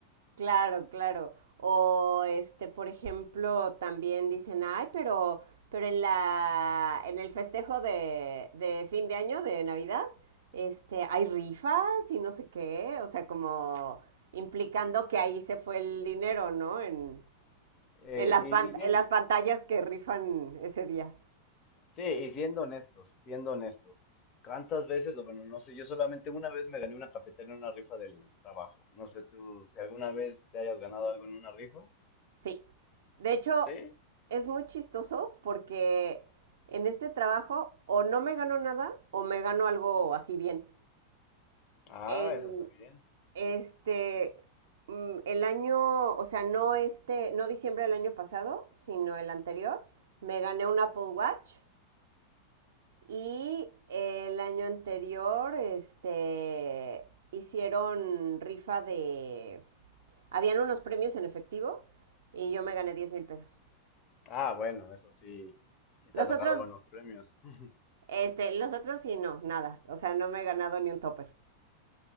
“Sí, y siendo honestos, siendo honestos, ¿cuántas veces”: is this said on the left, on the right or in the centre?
Left